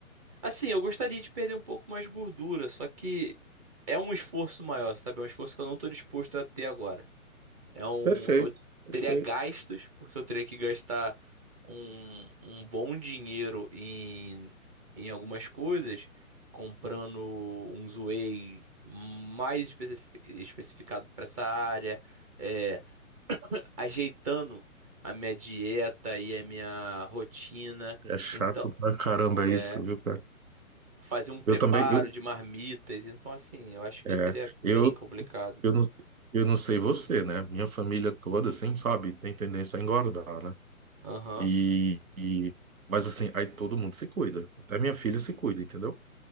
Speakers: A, on the right; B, on the right.
A: Assim, eu gostaria de perder um pouco mais de gordura, só que é um esforço maior, sabe? É um esforço que eu não tô disposto a ter agora. É um,
B: Perfeito.
A: eu
B: Perfeito.
A: teria gastos, porque eu teria que gastar um, um bom dinheiro em, em algumas coisas, comprando um Zway mais especifi- especificado para essa área, é, ajeitando a minha dieta e a minha rotina.
B: É chato
A: Então,
B: pra caramba isso,
A: é,
B: viu, cara?
A: fazer um preparo
B: Eu também, eu,
A: de marmitas. Então, assim, eu acho que
B: é,
A: seria bem
B: eu,
A: complicado.
B: eu não, eu não sei você, né? Minha família toda, assim, sabe, tem tendência a engordar, né?
A: Aham,
B: E, e- mas assim, aí todo mundo se cuida. Até minha filha se cuida, entendeu?